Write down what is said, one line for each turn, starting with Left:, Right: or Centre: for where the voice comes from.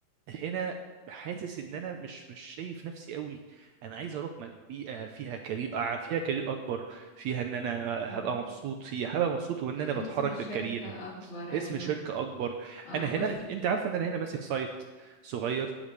Right: هنا حاسس ان انا مش مش شايف نفسي قوي انا عايز اروح مج- بيئه فيها كارير آه، فيها كارير اكبر فيها ان انا
Left: مم.
Right: هبقى مبسوط فيها هبقى مبسوط وان
Left: اسم
Right: انا بتحرك
Left: الشركة
Right: في الكارير
Left: اكبر
Right: اسم
Left: ايوه
Right: شركه اكبر
Left: اه
Right: انا هنا
Left: بص
Right: انت انت عارفه ان انا هنا ماسك سايت صغير